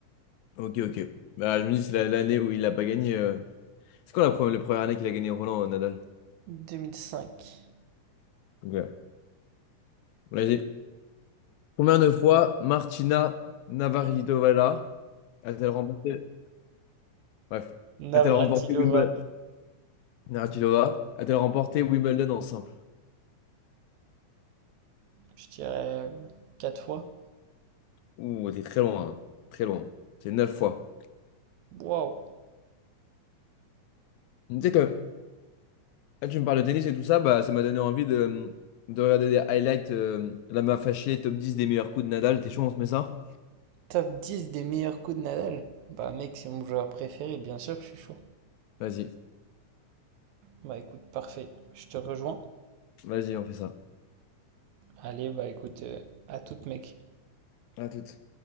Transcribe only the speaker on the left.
Ok, ok. Bah, je me dis, c'est la- l'année où il a pas gagné. euh, C'est quoi la première, la première année qu'il a gagné Roland euh, Nadal?
Donc, euh, Là, j'ai- Combien de fois Martina Navratilova a-t-elle remporté... Bref.
A-t-elle remporté Wimbledon? Navratilova a-t-elle remporté Wimbledon en simple?
Ouh, t'es très loin. hein. Très loin. C'est neuf fois.
Tu sais que Ah, tu me parles de tennis et tout ça, bah, ça m'a donné envie de, de regarder des highlights. euh, la m'a fâché, top 10 des meilleurs coups de Nadal. T'es chaud, on se met ça?
Vas-y,
vas-y, on fait ça.
À toute.